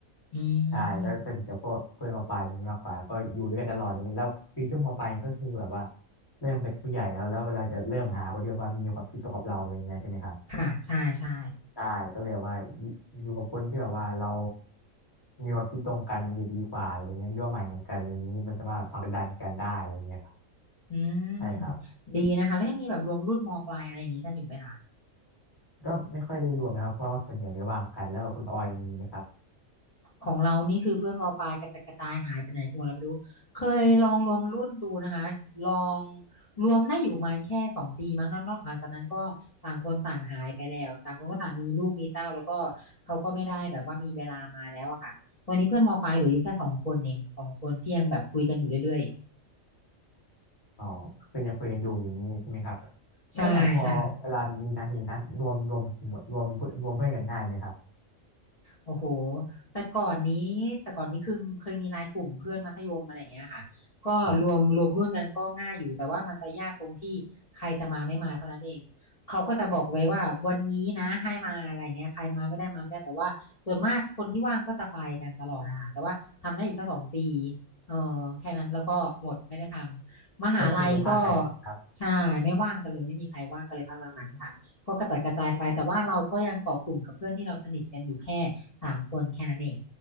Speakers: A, on the left; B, on the left.
A: อื
B: ใช่ก็สนิทกับพวกเพื่อนมปลายอย่างนี้มากกว่าก็อยู่ด้วยกันตลอดอะไรเงี้ยแล้วคือช่วงมปลายก็คือแบบว่า
A: ม
B: เริ่มเป็นผู้ใหญ่แล้วแล้วเวลาจะเริ่มหาคนที่แบบว่ามีความคิดตรงกับเราอะไรเงี้ยใช่ไหมครับ
A: ค่ะใช่ใช่
B: ใช่ก็เลยว่าอยู่อยู่กับคนที่แบบว่าเรามีความคิดตรงกันมันจะดีกว่าอะไรเงี้ยมีเป้าหมายเหมือนกันอะไรเงงี้ยมันจะมาผลักดันกันได้อะไรเงี้ยครับ
A: อืม
B: ใช่ครับ
A: ดีนะคะแล้วยังมีแบบรวมรุ่นมปลายอะไรอย่างงี้กันอยู่ไหมคะ
B: ก็ไม่ค่อยได้รวมนะครับเพราะว่าส่วนใหญ่ไม่ว่างกันแล้วแบบคุณออยมีไหมครับ
A: ของเรานี่คือเพื่อนมปลายกระจัดกระจายหายไปไหนกันหมดแล้ไม่รู้เคยลองรวมรุ่นดูนะคะลองรวมได้อยู่ประมาณแค่สองปีมั้งแล้วนอกหลังจากนั้นก็ต่างคนต่างหายไปแล้วต่างคนก็ต่างมีลูกมีเต้าแล้วก็เขาก็ไม่ได้แบบว่ามีเวลามาแล้วอะค่ะวันนี้เพื่อนมปลายเหลืออยู่แค่สองคนเองสองคนที่ยังแบบคุยกันอยู่เรื่อย
B: อ๋อคือยังคุยกันอยู่อย่างนี้ใช่ไหมครับ
A: ๆใช่ใช่
B: แล้วแบบพอเวลามีนัดนี้นัดรวมรวมกลุ่มรวมนรวมเพื่อนกันง่ายไหมครับ
A: โอ้โหแต่ก่อนนี้แต่ก่อนนี้คือเคยมีไลน์กลุ่มเพื่อนมัธยมอะไรอย่างเงี้ยค่ะก็รวมรวมรุ่นกันก็ง่ายอยู่แต่ว่ามันจะยากตรงที่ใครจะมาไม่มาเท่านั้นเอง
B: ครับ
A: เขาก็จะบอกไว้ว่าวันนี้นะให้มาอะไรเงี้ยใครมาไม่ได้มาไม่ได้แต่ว่าส่วนมากคนที่ว่างก็จะไปกันตลอดนะคะแต่ว่าทำได้อยู่แค่สองปีเออแค่นั้นแล้วก็หมดไม่ได้ทำมหาลัยก็
B: ก็คือมีบ้างคกันใช่ไหมครับ
A: ใช่ไม่ว่างกันเลยไม่มีใครว่างกันเลยพักหลังๆเนี่ยค่ะ ก็กระจัดกระจายไปแต่ว่าเราก็ยังเกาะกลุ่มกับเพื่อนที่เราสนิทกันอยู่แค่สามคนแค่นั้นเอง